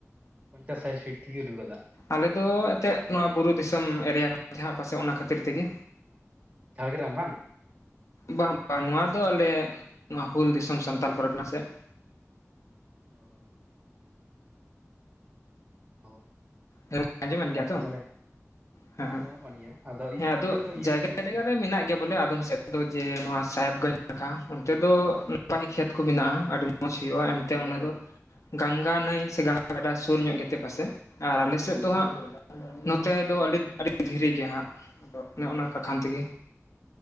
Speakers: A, on the right; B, on the left.
A: ᱯᱚᱧᱪᱟᱥ ᱥᱟᱴ ᱯᱷᱤᱴ ᱛᱮᱜᱮ ᱩᱰᱩᱜᱼᱟ ᱫᱟᱜ᱾
B: ᱟᱞᱮ ᱫᱚ ᱮᱱᱛᱮᱫ ᱱᱚᱣᱟ ᱵᱩᱨᱩ ᱫᱤᱥᱚᱢ ᱮᱨᱤᱭᱟ ᱠᱟᱱ ᱛᱟᱦᱮᱸᱱᱟ ᱯᱟᱥᱮᱫ ᱚᱱᱟ ᱠᱷᱟᱹᱛᱤᱨ ᱛᱮᱜᱮ
A: ᱡᱷᱟᱜᱨᱟᱢ ᱵᱟᱝ?
B: ᱵᱟᱝ ᱵᱟᱝ ᱱᱚᱣᱟ ᱫᱚ ᱟᱞᱮ ᱱᱚᱣᱟ ᱦᱩᱞ ᱫᱤᱥᱚᱢ
A: ᱯᱩᱨᱩᱞᱤᱭᱟᱹ
B: ᱥᱟᱱᱛᱟᱞ ᱯᱚᱨ ᱠᱟᱱᱟ ᱥᱮᱜ,
A: ᱚ᱾ ᱟᱪᱪᱷᱟ ᱟᱪᱪᱷᱟ, ᱚ
B: ᱦᱮᱸ <unintelligible> ᱟᱡᱚᱸ
A: ᱫᱟᱜ
B: ᱢᱮᱱᱟᱹᱱ
A: ᱨᱮ
B: ᱜᱮᱭᱟ
A: ᱟᱠᱟᱞ
B: ᱛᱚ?
A: ᱫᱟᱞᱮ
B: ᱦᱮᱸ ᱦᱮᱸ
A: ᱟᱸᱡᱚᱢᱚᱜ ᱠᱟᱱ ᱜᱮᱭᱟ
B: ᱦᱮᱸ ᱟᱫᱚ
A: ᱤᱭᱟᱹ ᱫᱚ ᱤᱭᱟᱹ
B: ᱡᱟᱭᱜᱟ
A: ᱫᱚᱧ ᱢᱮᱱᱮᱫ ᱠᱟᱱ
B: ᱡᱟᱭᱜᱟ
A: ᱛᱟᱦᱮᱸ
B: ᱨᱮ ᱢᱮᱱᱟᱜ ᱜᱮᱭᱟ᱾ ᱵᱚᱞᱮ ᱟᱫᱚᱢ ᱥᱮᱫ ᱫᱚ ᱡᱮ ᱱᱚᱣᱟ ᱥᱟᱦᱮᱵᱽᱜᱚᱸᱧᱡᱽ ᱱᱟᱠᱷᱟ ᱚᱱᱛᱮ ᱫᱚ ᱱᱟᱯᱟᱭ ᱠᱷᱮᱛ ᱠᱚ ᱢᱮᱱᱟᱜᱼᱟ ᱟᱹᱰᱤ ᱢᱚᱸᱡᱽ ᱦᱩᱭᱩᱜᱼᱟ ᱮᱱᱛᱮ ᱚᱱᱮ ᱫᱚ ᱜᱟᱝᱜᱟ ᱱᱟᱹᱭ ᱥᱮ ᱜᱟᱝᱜᱟ ᱜᱟᱰᱟ ᱥᱩᱨ ᱧᱚᱜ ᱜᱮᱛᱮ ᱯᱟᱥᱮᱡ ᱟᱨ ᱟᱞᱮᱥᱮᱫ ᱛᱚ ᱦᱟᱸᱜ ᱱᱚᱛᱮ ᱫᱚ ᱟᱰᱤ ᱟᱹᱰᱤ ᱫᱷᱤᱨᱤ ᱜᱮᱭᱟ ᱦᱟᱸᱜ ᱟᱫᱚ ᱱᱚᱜᱼᱱᱟ ᱠᱟᱛᱷᱟ ᱛᱮᱜᱮ᱾